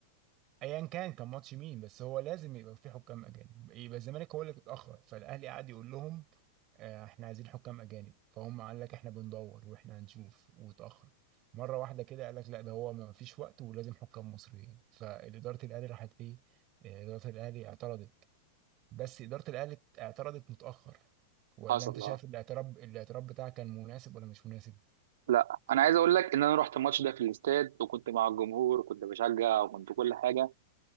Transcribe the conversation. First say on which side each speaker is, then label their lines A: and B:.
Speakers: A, on the right (about 40°); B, on the right (about 65°).
A: ايا كان كان ماتش مين بس هو لازم يبقى في حكام اجانب يبقى الزمالك هو اللي اتاخر فالاهلي قعد يقول لهم آه، احنا عايزين حكام اجانب فهم قال لك احنا بندور واحنا هنشوف واتاخر مره واحده كده قال لك لا ده هو ما فيش وقت ولازم حكام مصريين فاداره الاهلي راحت ايه آه، اداره الاهلي اعترضت بس إدارة الأهلي اعترضت متأخر ولا
B: حصل
A: أنت شايف الاعتراض الاعتراض بتاعك كان مناسب ولا مش مناسب؟
B: لا انا عايز اقول لك ان انا رحت الماتش ده في الاستاد وكنت مع الجمهور وكنت بشجع وكنت كل حاجه